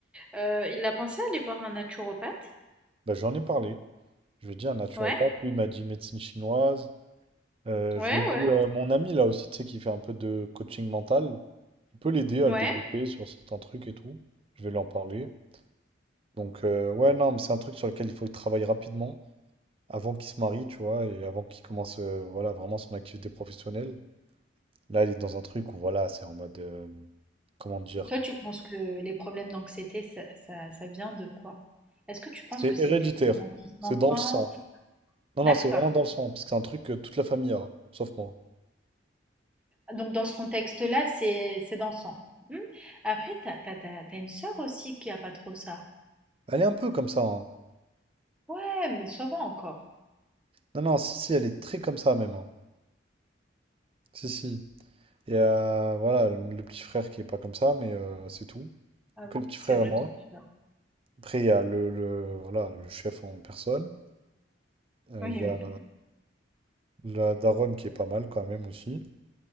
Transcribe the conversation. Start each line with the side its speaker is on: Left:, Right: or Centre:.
Centre: Euh, il a pensé à aller voir un naturopathe?
Right: Bah, j'en ai parlé. Je lui ai dit un naturopathe,
Centre: Ouais,
Right: lui, il m'a dit médecine chinoise. Euh,
Centre: ouais,
Right: je lui ai dit,
Centre: ouais,
Right: euh, mon ami, là aussi, tu sais, qui fait un peu de coaching mental, il peut l'aider à
Centre: ouais.
Right: le débloquer sur certains trucs et tout. Je vais lui en parler. Donc, euh, ouais, non, mais c'est un truc sur lequel il faut travailler rapidement. avant qu'il se marie, tu vois, et avant qu'il commence euh, voilà, vraiment son activité professionnelle. Là, il est dans un truc où, voilà, c'est en mode, euh, comment dire,
Centre: Toi, tu penses que les problèmes d'anxiété, ça, ça- ça vient de quoi? Est-ce que tu penses
Right: c'est
Centre: que c'est
Right: héréditaire,
Centre: des traumatismes
Right: c'est
Centre: d'enfant?
Right: dans le sang. Non,
Centre: D'accord.
Right: non, c'est vraiment dans le sang, parce que c'est un truc que toute la famille a, sauf moi.
Centre: Donc, dans ce contexte-là, c'est c'est dansant. Hmm. Après, t'as, t'as, t'as- t'as une sœur aussi qui a pas trop ça.
Right: Elle est un peu comme ça, hein.
Centre: Ouais, mais ça va encore.
Right: Non, non, si, si, elle est très comme ça même, hein. Si, si. Et euh, voilà, le, le petit frère qui est pas comme ça, mais euh, c'est tout.
Centre: Ah
Right: Et que
Centre: oui,
Right: le petit
Centre: c'est
Right: frère
Centre: vrai
Right: et moi.
Centre: ton petit doigt.
Right: Après, il y a le, le- voilà, le chef en personne. Euh,
Centre: Oui,
Right: Il y
Centre: oui,
Right: a la daronne qui est pas mal quand même aussi.